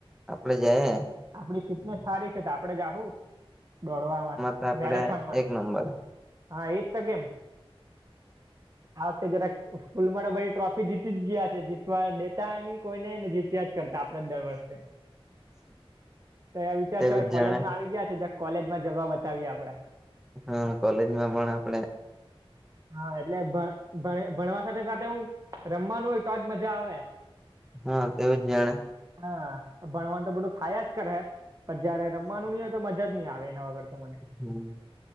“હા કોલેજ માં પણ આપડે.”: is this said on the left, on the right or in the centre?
Centre